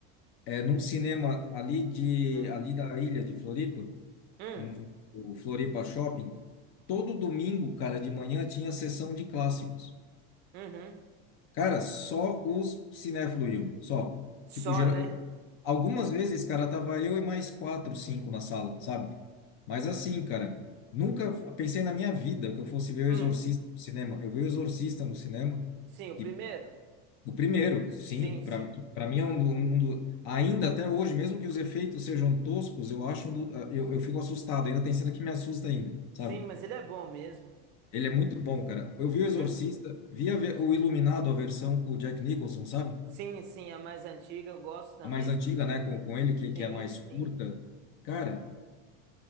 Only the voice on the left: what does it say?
é, num cinema ali, de,
ali da ilha de Floripa,
Uhum. o Floripa Shopping, todo domingo, cara, de manhã tinha sessão de clássicos.
Cara, só os cinéfilos iam, só.
Tipo, geral...
eu- algumas vezes, cara, tava eu e mais quatro, cinco na sala, sabe? Mas assim, cara, nunca pensei na minha vida que eu fosse ver
O Exorcista no cinema. Eu vi O Exorcista no cinema,
que
o primeiro, sim,
pra
para mim é um, do, um um do- ainda até hoje, mesmo que os efeitos sejam toscos, eu acho um do, eu, eu fico assustado, ainda tem cena que me assusta ainda,
sabe?
Ele é muito bom, cara. Eu vi o
Exorcista, vi a ve- o Iluminado, a versão com o Jack Nicholson, sabe?
A mais antiga, né? Com, com ele, que,
que é mais
curta. Cara,